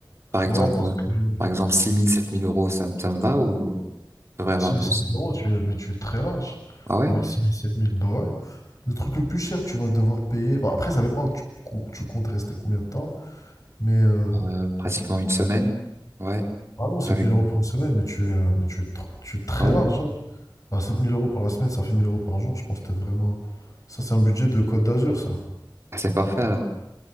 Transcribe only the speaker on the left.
Ouais, parce que euh,
six mille
sept mille euros, tu es, mais tu es très large.
Avec six mille sept mille bah ouais. Le truc le plus cher que tu vas devoir payer. bah, après, ça dépend, tu, co- tu comptes rester combien de temps. Mais euh,
ah non, sept
mille euros pour une semaine, mais tu es, euh, mais tu es, tr- tu es très
large. hein. Bah, sept mille euros pour la semaine, ça fait mille euros par jour. Je pense que t'es vraiment. Ça, c'est un budget de Côte d'Azur, ça.